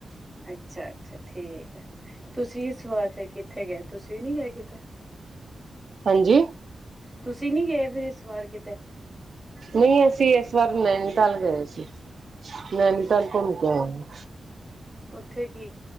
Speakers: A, in the centre; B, on the right.
A: ਅੱਛਾ- ਅੱਛਾ, ਠੀਕ ਹੈ। ਤੁਸੀਂ, ਇਸ ਵਾਰ ਫੇਰ, ਕਿੱਥੇ ਗਏ? ਤੁਸੀਂ ਨੀ, ਗਏ ਕਿਤੇ?
B: ਹਾਂਜੀ।
A: ਤੁਸੀਂ ਨੀ ਗਏ, ਫੇਰ ਇਸ ਵਾਰ ਕੀ
B: ਨਹੀਂ, ਅਸੀਂ ਏਸ ਵਾਰ, ਨੈਨੀਤਲ ਗਏ ਸੀ। ਨੈਨੀਤਾਲ,
A: ਅੱਛਾ
B: ਘੁੰਮ ਕੇ ਆਏ ਆ।
A: ਉੱਥੇ ਕੀ,